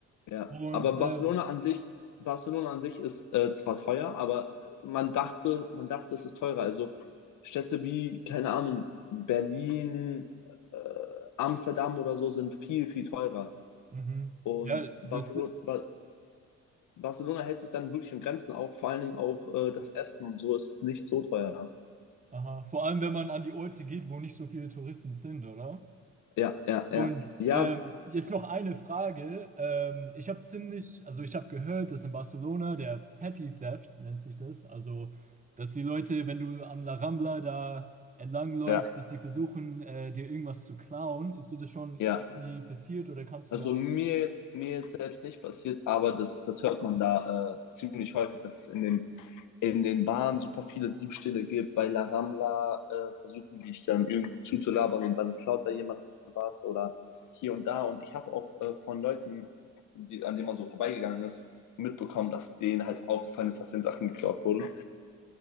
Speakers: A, on the left; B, on the right.
A: Ja,
B: Und
A: aber Barcelona
B: ähm,
A: an sich, Barcelona an sich ist äh, zwar teuer, aber man dachte, man dachte, es ist teurer. Also Städte wie, keine Ahnung, Berlin, äh, Amsterdam oder so sind viel, viel teurer.
B: mhm.
A: Und
B: Ja, das
A: Barcelona, ba Barcelona hält sich dann wirklich in Grenzen, auch vor allen Dingen auch äh, das Essen und so ist nicht so teuer.
B: Aha, vor allem, wenn man an die Orte geht, wo nicht so viele Touristen sind, oder?
A: Ja, ja,
B: Und
A: ja. Ja,
B: ähm, jetzt noch eine Frage. Ähm, ich habe ziemlich, also ich habe gehört, dass in Barcelona der Petty Theft nennt sich das, also dass die Leute, wenn du an La Rambla da entlangläufst,
A: ja,
B: dass sie versuchen, äh, dir irgendwas zu klauen. Ist dir das schon
A: ja.
B: irgendwie passiert oder kannst
A: Also
B: du da,
A: mir jetzt, mir jetzt selbst nicht passiert, aber das, das hört man da äh, ziemlich häufig, dass es in den, in den Bahnen super viele Diebstähle gibt. Bei La Ramla äh, versuchen die dich dann irgendwie zuzulabern und dann klaut da jemand was oder hier und da. Und ich habe auch äh, von Leuten, die, an denen man so vorbeigegangen ist, mitbekommen, dass denen halt aufgefallen ist, dass den Sachen geklaut wurden.